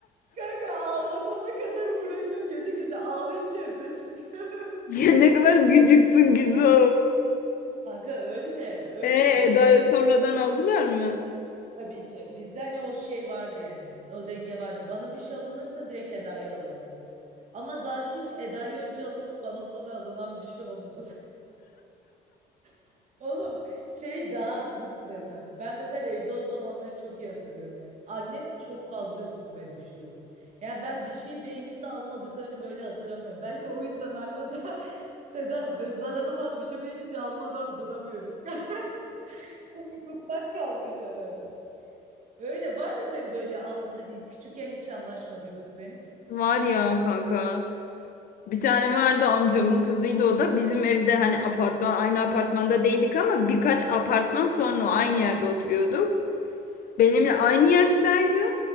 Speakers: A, on the right (about 45°); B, on the left (about 60°).
A: Kanka ağlatana kadar uğraşıyorum. Gece gece ağlayınca eve çıkıyor.
B: Ya ne kadar gıcıksın Gizo.
A: Kanka öyle. Öyle
B: E
A: olacaksın.
B: Eda'ya sonradan aldılar mı?
A: Tabii ki. Bizde hani o şey vardı yani. O denge vardı. Bana bir şey alınırsa direkt Eda'yı alıyorlardı. Ama daha hiç Eda'yı önce alınıp bana sonra alınan bir şey olmadı. <laughs> Oğlum şey daha nasıl desem. Ben mesela evde o zamanları çok iyi hatırlıyorum yani. Annem çok fazla üstüme düşüyordu. Yani ben bir şey beğenip de almadıklarını böyle hatırlamıyorum. Belki o yüzden hala da <laughs> Seda ve Zara'da falan bir şey beğenince almadan duramıyoruz. <laughs> Çocukluktan kalmış herhalde. Öyle var mı senin böyle an, hani küçükken hiç anlaşmadığın kuzenin?
B: Var ya kanka. Bir tane vardı amcamın kızıydı o da. Bizim evde hani apartman aynı apartmanda değildik ama birkaç apartman sonra aynı yerde oturuyorduk. Benimle aynı yaştaydı.